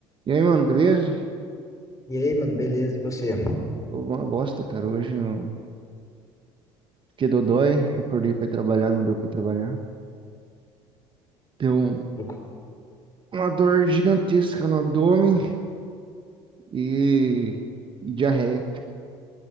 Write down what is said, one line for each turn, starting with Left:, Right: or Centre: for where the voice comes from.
Right: E aí, mano, beleza?
Left: E aí, mano, beleza? E você?
Right: Tô uma bosta, cara. Hoje eu fiquei dodói, acordei pra ir trabalhar, não deu pra ir trabalhar. Deu um-
Left: Louco.
Right: uma dor gigantesca no abdômen e, e diarreia.